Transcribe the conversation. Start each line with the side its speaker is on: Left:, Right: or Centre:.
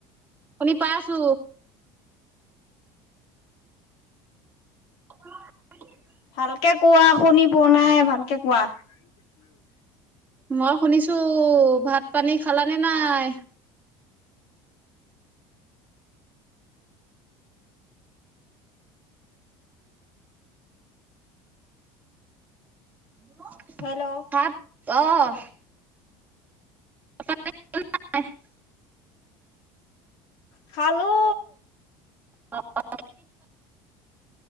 Right: শুনি পাই আছো। <unintelligible>
Left: ভালকে কোৱা শুনি পোৱা নাই, ভালকে কোৱা? উম <unintelligible>
Right: মই শুনিছো। ভাত- পানী খালানে নাই? হেল্ল'?
Left: হেল্ল'?
Right: ভাত অ' <unintelligible>
Left: খালো
Right: অ, অ, অ